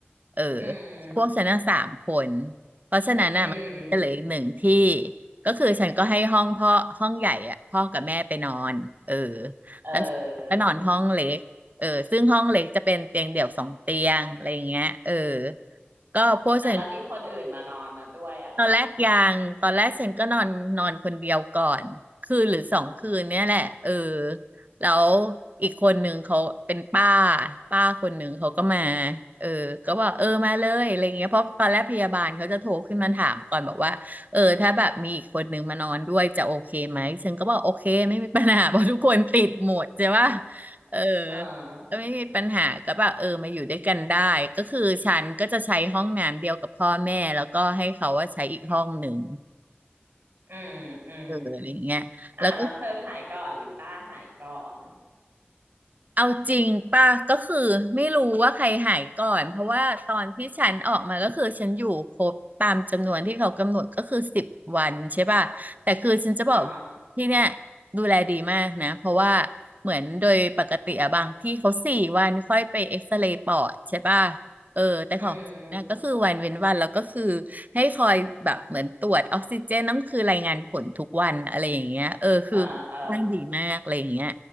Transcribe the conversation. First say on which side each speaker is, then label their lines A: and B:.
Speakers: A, on the right; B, on the right.
A: เออ
B: อืม
A: พวกฉันน่ะสามคน เพราะฉะนั้นน่ะมันจะเหลืออีกหนึ่งที่
B: อืม
A: ก็คือฉันก็ให้ห้องพ่อห้องใหญ่อ่ะพ่อกับแม่ไปนอนเออ
B: เออ
A: แล้วฉันก็นอนห้องเล็กเออซึ่งห้องเล็กจะเป็นเตียงเดี่ยวสองเตียงอะไรอย่างเงี้ยเออก็พวกฉัน
B: อ่ะแล้วมีคนอื่นมานอนนะด้วยอ่ะเหรอ
A: ตอนแรกยังตอนแรกเซนก็นอนนอนคนเดียวก่อนคืนหรือสองคืนเนี่ยแหละเออแล้วอีกคนหนึ่งเขาเป็นป้าป้าคนหนึ่งเขาก็มาเออก็บอกเออมาเลยอะไรเงี้ยเพราะตอนแรกพยาบาลเขาจะโทรขึ้นมาถามก่อนบอกว่าเออถ้าแบบมีอีกคนหนึ่งมานอนด้วยจะโอเคไหมเซนก็บอกโอเคไม่มีปัญหา <laughs> เพราะทุกคนติดหมดใช่ปะเออ
B: เออ
A: ไม่มีปัญหาก็แบบเออมาอยู่ด้วยกันได้ก็คือฉันก็จะใช้ห้องน้ำเดียวกับพ่อแม่แล้วก็ให้เขาว่าใช้อีกห้องหนึ่ง
B: อืมอืม
A: เอออะไรเงี้ยแล้วก็
B: อ่ะแล้วเธอหายก่อนหรือป้าหายก่อน
A: เอาจริงป่ะก็คือไม่รู้ว่าใครหายก่อนเพราะว่าตอนที่ฉันออกมาก็คือฉันอยู่ครบตามจำนวนที่เขากำหนดก็คือสิบวันใช่ป่ะแต่คือฉันจะบอก
B: อ่า
A: ที่เนี่ยดูแลดีมากนะเพราะว่าเหมือนโดยปกติอะบางที่เขาสี่วันค่อยไปเอ็กซเรย์ปอดใช่ป่ะเออแต่ของนนะก็คือวันเว้นวันแล้วก็คือ
B: อืม
A: ให้คอยแบบเหมือนตรวจออกซิเจนต้องคือรายงานผลทุกวันอะไรอย่างเงี้ยเออคือค่อนข้างดีมากอะไรอย่างเงี้ย
B: เออเออ